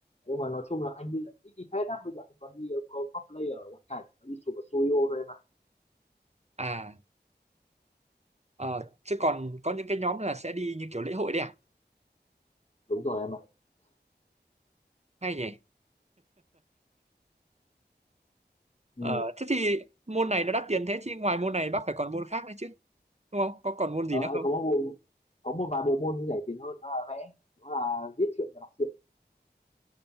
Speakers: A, on the left; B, on the right.
A: nhưng mà nói chung là anh bây giờ ít đi phết lắm bây giờ anh còn đi có cosplay ở ngoại cảnh đi chụp ở studio thôi em ạ
B: À, ờ, chứ còn có những cái nhóm là sẽ đi như kiểu lễ hội đấy à?
A: đúng rồi em ạ
B: Hay nhỉ?
A: ừ.
B: Ờ, thế thì môn này nó đắt tiền thế chứ ngoài môn này bác phải còn môn khác nữa chứ đúng không có còn môn gì
A: ờ,
B: nữa
A: anh
B: không
A: có một bộ, có một vài bộ môn rẻ tiền hơn đó là vẽ đó là viết truyện và đọc truyện